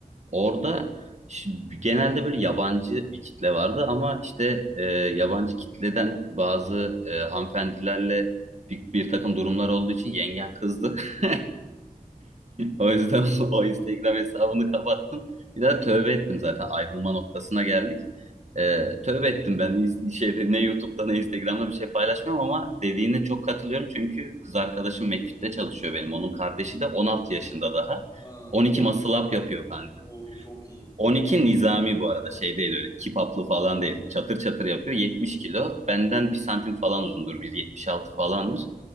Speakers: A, on the right; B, on the left.
A: Orada şi- genelde böyle yabancı bir kitle vardı ama işte e, yabancı kitleden bazı e, hanımefendilerle bir, bir takım durumlar olduğu için yengen kızdı. <laughs> O yüzden o Instagram hesabını kapattım. Bir daha tövbe ettim zaten ayrılma noktasına geldik. E,
B: <laughs>
A: tövbe ettim ben İ- şeyde, ne YouTube'da ne Instagram'da bir şey paylaşmıyorum ama dediğine çok katılıyorum çünkü kız arkadaşım McFit'te çalışıyor benim. Onun kardeşi de 16 yaşında daha.
B: Ha,
A: 12 muscle up yapıyor kanka.
B: o çok iyi.
A: 12 nizami bu arada şey değil öyle kipaplı falan değil. Çatır çatır yapıyor 70 kilo. Benden bir santim falan uzundur 1.76 falandır.